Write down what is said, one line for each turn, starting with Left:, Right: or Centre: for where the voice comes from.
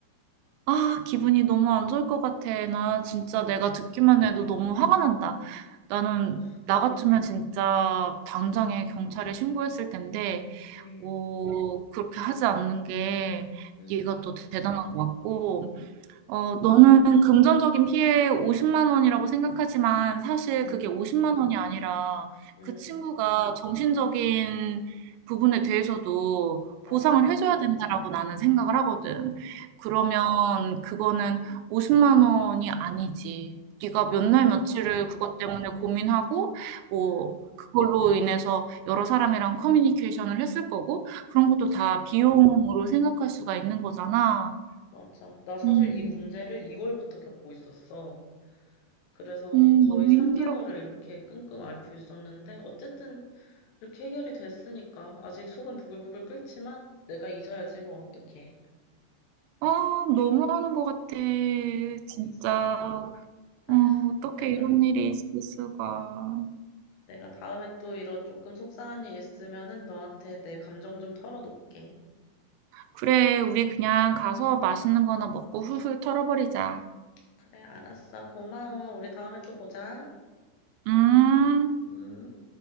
Right: 아, 기분이 너무 안 좋을 것 같아. 나 진짜 내가 듣기만 해도 너무 화가 난다. 나는,
Left: 음,
Right: 나 같으면 진짜 당장에
Left: 음,
Right: 경찰에 신고했을 텐데,
Left: 음,
Right: 어, 그렇게 하지 않는 게
Left: 음,
Right: 네가 더 대단한 것 같고, 어, 너는
Left: 음,
Right: 금전적인 피해 50만 원이라고 생각하지만 사실
Left: 음,
Right: 그게 50만 원이 아니라
Left: 음.
Right: 그 친구가 정신적인 부분에 대해서도
Left: 맞아,
Right: 보상을
Left: 맞아.
Right: 해줘야 된다라고 나는 생각을 하거든. 그러면 그거는
Left: 응,
Right: 50만 원이 아니지. 네가
Left: 응,
Right: 몇 날 며칠을
Left: 맞아.
Right: 그것 때문에 고민하고 뭐
Left: 응,
Right: 그걸로 인해서 여러 사람이랑 커뮤니케이션을 했을 거고 그런 것도
Left: 그치.
Right: 다 비용으로 생각할 수가 있는 거잖아.
Left: 맞아. 나 사실
Right: 음.
Left: 이 문제를 2월부터 겪고 있었어. 그래서
Right: 음,
Left: 거의
Right: 너무
Left: 3개월을
Right: 힘들었겠군.
Left: 이렇게 끙끙 앓고 있었는데, 어쨌든 이렇게 해결이 됐으니까. 아직 속은 부글부글 끓지만, 내가 잊어야지, 뭐, 어떡해.
Right: 아, 너무하는 것 같아.
Left: 그러니까.
Right: 진짜.
Left: 아,
Right: 어, 어떻게
Left: 내가,
Right: 이런 일이 있을 수가.
Left: 내가 다음에 또 이런 조금 속상한 일 있으면은 너한테 내 감정 좀 털어놓을게.
Right: 그래, 우리 그냥 가서 맛있는 거나 먹고 훌훌 털어버리자.
Left: 그래, 알았어. 고마워. 우리 다음에 또 보자.
Right: 음.
Left: 음.